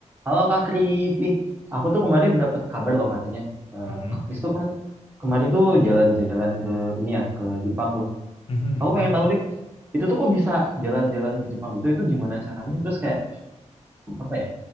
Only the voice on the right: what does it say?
Halo Kak Kris, ih aku tuh kemarin dapat kabar loh katanya Eh,
Kak Kris tuh kan kemarin tuh jalan-jalan ke ini ya ke Jepang tuh.
Aku
pengen tahu deh itu tuh kok bisa jalan-jalan ke Jepang gitu? Itu gimana caranya? Terus kayak apa ya